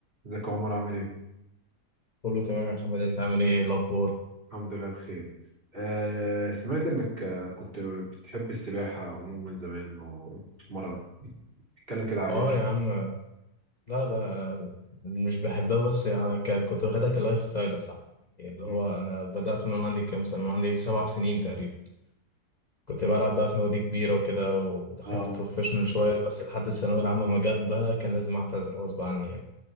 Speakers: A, on the right (about 35°); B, on the left (about 30°).
A: ازيك يا عمر عامل ايه؟
B: كله تمام يا محمد انت عامل ايه إيه الاخبار
A: الحمد لله بخير آه سمعت انك آه، كنت بتحب السباحة عموما زمان وتتمرن اتكلم كده عليها
B: اه
A: شوية.
B: يا عم لا ده مش بحبها بس يعني ك- كنت واخدها كلايف ستايل يا صاحبي يعني اللي
A: مم.
B: هو انا بدأت من وانا عندي كام سنة من عندي سبع سنين تقريبا كنت بلعب بقى في نوادي كبيرة وكده ودخلت
A: اه
B: بروفيشنال شوية بس لحد الثانوية العامة ما جت بقى كان لازم اعتزل غصب عني يعني